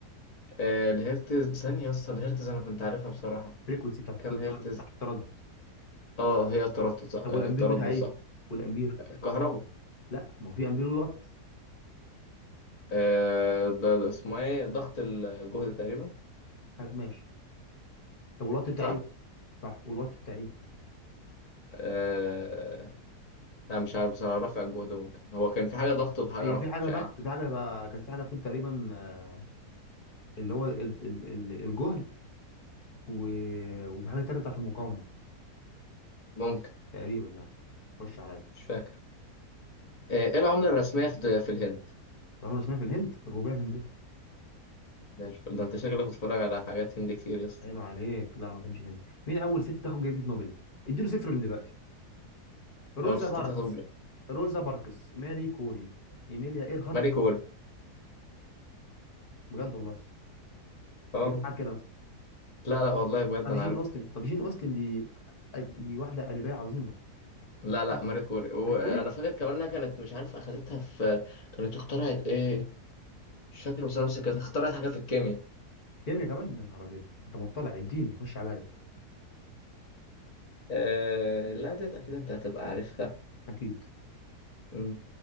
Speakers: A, on the left; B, on the left.
A: آه الهرتز ثانية يا اسطى الهرتز انا كنت عارفها بصراحة
B: الفريكونسي بتاع بتاع
A: كم هرتز
B: التردد
A: اه هي التردد صح
B: طب
A: آه،
B: والامبير
A: التردد
B: بتاع ايه
A: صح
B: والامبير
A: الكهرباء
B: لا ما هو في امبير وات
A: آه ده, ده اسمه ايه ضغط الجهد تقريبا
B: ماشي طب والوات بتاع
A: صح
B: ايه صح والوات بتاع ايه
A: آه لا مش عارف بصراحة رفع الجهد ممكن هو كان في حاجة ضغط وفي حاجة
B: هي
A: رفع
B: في حاجه
A: مش
B: ضغط
A: عارف
B: في حاجه كانت في حاجه فيهم تقريبا آه، اللي هو ال- ال- ال- الجهد و... وفي حاجه تانيه بتاعت المقاومه
A: ممكن
B: تقريبا يعني خش عليا
A: مش فاكر آه، ايه العملة الرسمية في في الهند؟
B: رغم اسمها في الهند الروبيه الهنديه
A: زي الفل. ده انت شكلك بتتفرج على حاجات هندي كتير يا اسطى
B: عيب عليك لا انا ما بحبش الهند مين اول ست تاخد جائزه نوبل اديله صفر من دلوقتي روزا
A: اول ست
B: باركس
A: تاخد
B: روزا باركس ماري كوري ايميليا ايرهارت
A: ماري كوري
B: بجد والله
A: طبعا
B: بجد معاك كده
A: لا لا والله بجد
B: طب
A: انا
B: جين
A: عارف
B: اوستن طب جين اوستن دي دي واحده ادبيه عظيمه
A: لا لا
B: عشرة
A: ماري كوري وانا
B: هنكوري
A: فاكر كمان انها كانت مش عارف اخدتها في كانت اخترعت ايه مش فاكر بصراحة بس كانت اخترعت حاجة في الكيمياء
B: كيميا كمان يا نهار ابيض انت مطلع اديني خش عليا
A: آه... لا ديت اكيد انت هتبقى عارفها
B: اكيد
A: مم،